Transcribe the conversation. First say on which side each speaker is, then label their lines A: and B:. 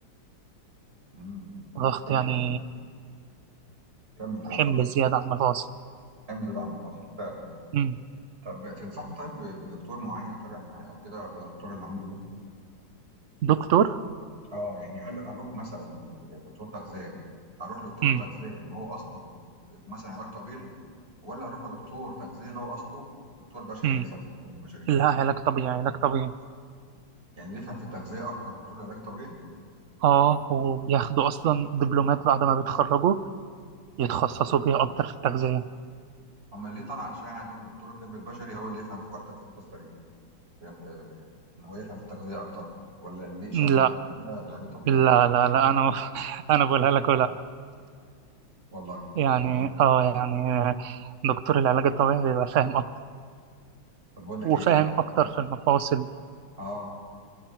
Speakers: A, on the right; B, on the right.
A: مم.
B: ضغط
A: طب
B: يعني
A: انت كمل كده
B: حمل
A: اتفضل
B: زيادة على المفاصل
A: اعمل زاد على المفاصل فعلا
B: مم.
A: طب تنصحني طيب ب- بدكتور معين اتابع معاه او كده بدل الدكتور اللي عندي ده
B: دكتور
A: اه يعني هل اروح مثلا دكتور تغذيه اروح لدكتور
B: مم.
A: تغذيه ان هو اصله يكون مثلا علاج طبيعي ولا اروح لدكتور تغذيه اللي هو اصله دكتور بشري
B: مم.
A: مثلا طب بشري
B: لا علاج طبيعي علاج طبيعي
A: يعني اللي يفهم في التغذيه اكتر دكتور العلاج الطبيعي
B: اه وبياخدوا اصلا دبلومات بعد ما بيتخرجوا يتخصصوا بيها اكتر في التغذية
A: اما اللي طلع اشاعه يقول لك الدكتور الطب البشري هو اللي يفهم في اكتر في القصه دي في- آه، ان هو يفهم في التغذيه اكتر ولا اللي اشاعه
B: لا
A: على كده لا، العلاج الطبيعي
B: لا لا لا انا <laughs> انا بقولها لك ولا
A: والله
B: يعني
A: طب والله
B: اه يعني دكتور العلاج الطبيعي بيبقى فاهم اكتر
A: طب بقول لك
B: وفاهم
A: ايه تعالى بس
B: اكتر في المفاصل
A: اه